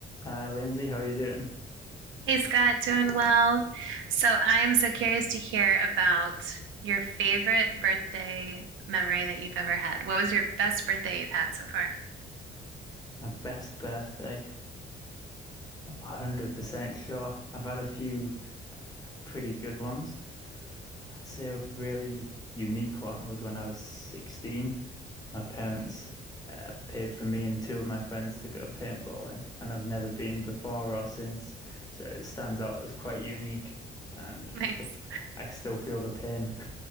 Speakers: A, on the left; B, on the right.
A: Uh, Lindsay, how are you doing?
B: Hey Scott, doing well. So I'm so curious to hear about your favorite birthday memory that you've ever had. What was your best birthday you've had so far?
A: My best birthday, not 100% sure. I've had a few pretty good ones. I'd say a really unique one was when I was 16. My parents uh, paid for me and two of my friends to go paintballing, and I've never been before or since. So it stands out as quite unique, and
B: Nice.
A: the, I still feel the pain.